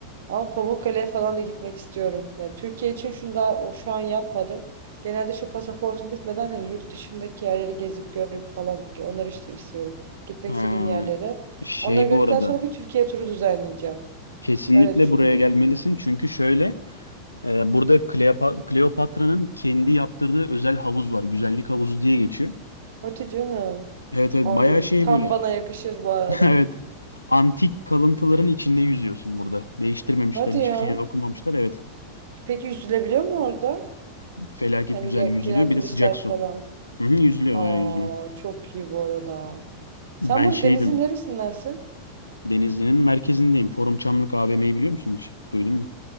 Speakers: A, on the right; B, on the left.
A: Ama Pamukkale'ye falan da gitmek istiyorum. Ya Türkiye için şunu daha o şu an yapmadım. Genelde şu pasaportum bitmeden hani yurt dışındaki yerleri gezip görüp falan onları işte istiyorum. Gitmek
B: Ee,
A: istediğim yerlere.
B: şey
A: Onları gördükten
B: bu arada
A: sonra bir Türkiye turu düzenleyeceğim.
B: kesinlikle
A: Öyle düşünüyorum.
B: buraya gelmelisin çünkü şöyle e, burada Kleopa- Kleopatra'nın kendi yaptırdığı özel havuz var. Güzellik havuzu diye geçiyor.
A: Hadi canım.
B: Evet evet
A: Ay
B: bayağı şey
A: tam
B: böyle.
A: bana yakışır bu arada.
B: <laughs> Evet. Antik kalıntıların içinde yüzüyorsun burada. Değiştirmemişler,
A: Hadi
B: hiçbir
A: ya.
B: şeye dokunmamışlar. Evet.
A: Peki yüzülebiliyor mu orada?
B: Felaket
A: Hani
B: güzel
A: gel-
B: yüzülüyor.
A: gelen
B: Bir
A: turistler
B: de sıcak su.
A: falan.
B: Hı hı, yüzülüyor
A: Aa
B: bayağı yüzülüyor.
A: çok iyi bu arada. Sen
B: Ben
A: burada
B: şeydim.
A: denizin neresindensin?
B: Denizli'nin merkezindeyim. Forum Çamlık AVM'yi biliyor musun hiç? Duydun mu?